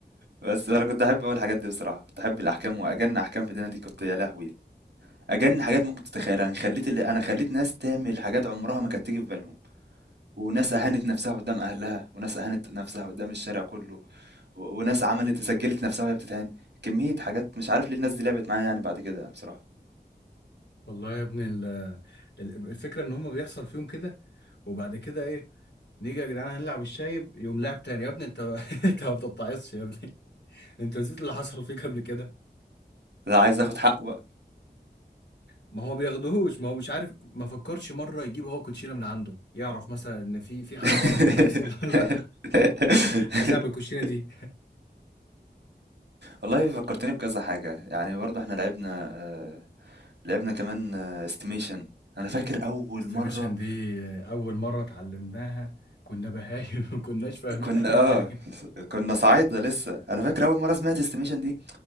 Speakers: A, on the right; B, on the left.
A: بس انا كنت احب اقول الحاجات دي بصراحه كنت احب الاحكام واجن احكام في الدنيا دي كنت يا لهوي اجن حاجات ممكن تتخيلها انا خليت اللي انا خليت ناس تعمل حاجات عمرها ما كانت تيجي في بالهم وناس اهانت نفسها قدام اهلها وناس اهانت نفسها قدام الشارع كله و... وناس عملت سجلت نفسها وهي بتتهان كميه حاجات مش عارف ليه الناس دي لعبت معايا يعني بعد كده يعني بصراحه
B: والله يا ابني ال... ال- الفكرة ان هم بيحصل فيهم كده وبعد كده ايه نيجي يا جدعان هنلعب الشايب يقوم لاعب تاني يا ابني انت <laughs> انت ما بتتعصش يا ابني انت نسيت اللي حصل فيك قبل كده
A: لا عايز اخد حقه بقى
B: ما هو بياخدهوش ما هو مش عارف ما فكرش مره يجيب هو كوتشينه من عنده يعرف مثلا ان في في حاجه
A: <laughs>
B: غلط بتحصل <laughs> لا عايز اعمل الكوتشينه دي
A: والله فكرتني بكذا حاجة يعني برضه احنا لعبنا آه، لعبنا كمان استيميشن انا فاكر اول
B: استيميشن
A: مره
B: دي اول مره اتعلمناها كنا بهايم <laughs> ما كناش فاهمين
A: كنا
B: اي
A: اه
B: حاجه
A: كنا صعايده لسه انا فاكر اول مره سمعت استيميشن دي